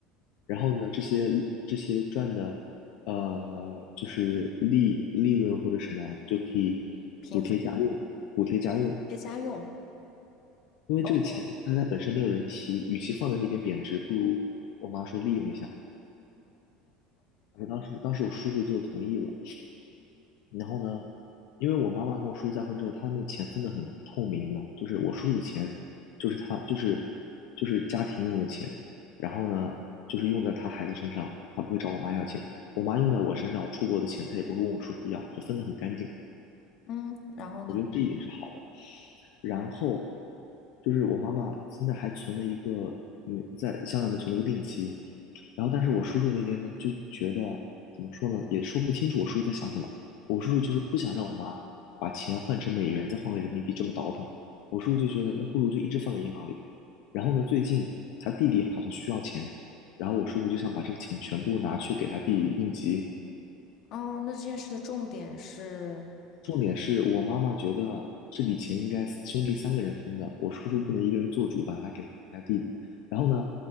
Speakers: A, on the left; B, on the left.
A: 然后呢，这些这些赚的，呃，就是利利润或者什么，就可以
B: 平分
A: 补贴家用，补贴家用。
B: 配家用
A: 因为这个钱大家本身没有人提，
B: ，OK，OK，OK，OK，
A: 与其放在那边贬值，不如我妈说利用一下。而当时当时我叔叔就同意了。然后呢，因为我妈妈跟我叔叔再婚之后，他们的钱分得很透明的，就是我叔叔的钱就是他就是就是家庭用的钱，然后呢就是用在他孩子身上，他不会找我妈要钱。我妈用在我身上，我出国的钱他也不会问我叔叔要，就分得很干净。
B: 嗯，然后呢？
A: 我觉得这一点是好的。然后就是我妈妈现在还存了一个没在香港里面存了个定期，然后但是我叔叔那边呢就觉得怎么说呢，也说不清楚我叔叔在想什么。我叔叔就是不想让我妈把钱换成美元，再换个人民币这么倒腾。我叔叔就觉得那不如就一直放在银行里。然后呢，最近他弟弟好像需要钱，然后我叔叔就想把这个钱全部拿去给他弟弟应急。
B: 哦，那这件事的重点是，
A: 重点是我妈妈觉得这笔钱应该兄弟三个人分的，我叔叔不能一个人做主，把它给他弟弟。然后呢，